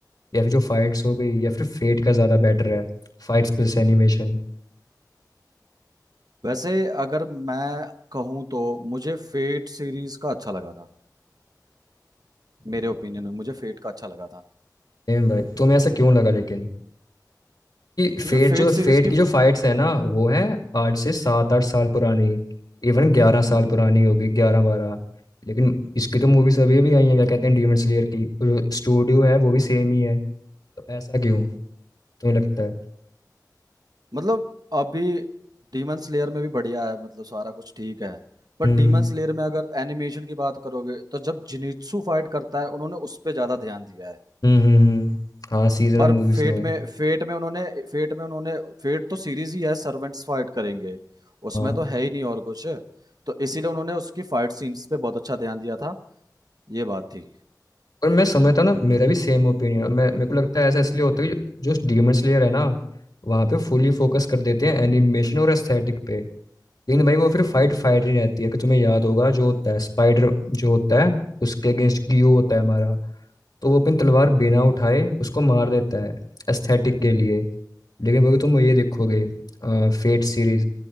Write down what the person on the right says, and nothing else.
वैसे अगर मैं कहूँ तो मुझे फेट सीरीज का अच्छा लगा था मेरे ओपिनियन में मुझे फेट का अच्छा लगा था
क्योंकि फेट
सीरीज
की
हम्म,
हम्म।
मतलब अभी डीमन स्लेयर में भी बढ़िया है मतलब सारा कुछ ठीक है पर
डीमन स्लेयर में अगर एनिमेशन की बात करोगे तो जब जिनित्सु फाइट करता है उन्होंने उस पर ज्यादा ध्यान दिया है
पर
फेट
में फेट में उन्होंने फेट में उन्होंने फेट तो सीरीज ही है सर्वेंट्स फाइट करेंगे उसमें
तो है ही नहीं और कुछ तो इसीलिए उन्होंने उसकी फाइट सीन्स पे बहुत अच्छा ध्यान दिया था ये बात थी